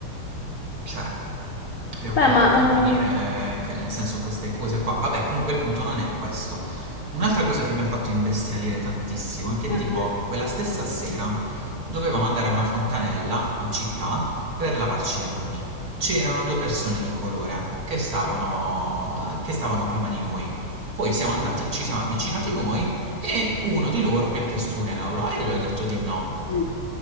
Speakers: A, on the right; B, on the left.
A: Cioè, le ho fatto
B: Beh, ma...
A: capire
B: eh,
A: che nel senso queste cose qua. Vabbè, comunque il punto non è questo. Un'altra cosa che mi ha fatto imbestialire tantissimo è che
B: mm,
A: tipo quella stessa sera dovevamo andare a una fontanella in città per lavarci le mani. C'erano due persone di colore che stavano, che stavano prima di noi. Poi siamo andati, ci siamo avvicinati noi e uno di loro mi ha chiesto un euro e io gli ho detto di no.
B: mm,